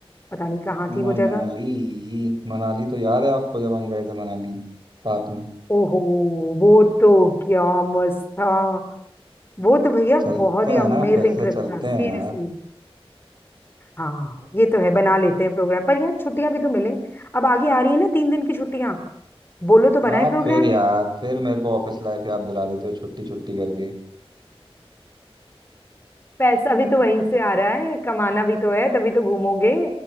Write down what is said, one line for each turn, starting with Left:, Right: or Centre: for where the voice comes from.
Left: पता नहीं कहाँ थी
Right: मनाली
Left: वो जगह
Right: मनाली तो याद है आपको जब हम गए थे मनाली साथ में
Left: ओहो वो तो क्या मस्त था वो तो भैया
Right: चलते
Left: बहुत ही
Right: हैं
Left: अमेजिंग
Right: ना फिर से
Left: ट्रिप
Right: चलते
Left: था सीरियसली
Right: हैं यार
Left: हाँ ये तो है बना लेते हैं प्रोग्राम पर यार छुट्टियां भी तो मिले अब आगे आ रही है ना तीन दिन की छुट्टियां बोलो तो बनाए
Right: आप
Left: प्रोग्राम
Right: फिर यार फिर मेरे को ऑफिस लाइफ याद दिला देते हो छुट्टी छुट्टी करके
Left: पैसा भी तो वहीं से आ रहा है कमाना भी तो है तभी तो घूमोगे